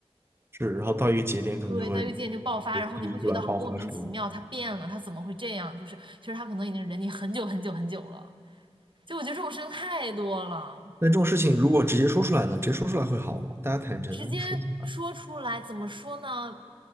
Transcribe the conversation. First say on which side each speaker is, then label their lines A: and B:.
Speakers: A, on the right (about 25°); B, on the right (about 50°).
A: 是，然后到一个节点可能就会
B: 对，到一个节点就爆发，
A: 被逼出来爆发出来。
B: 然后你会觉得好莫名其妙，他变了，他怎么会这样？就是其实他可能已经忍你很久很久很久了。就我觉得这种事情太多了。
A: 那这种事情如果直接说出来呢？直接说出来会好吗？大家坦诚说出来。
B: 直接说出来，怎么说呢？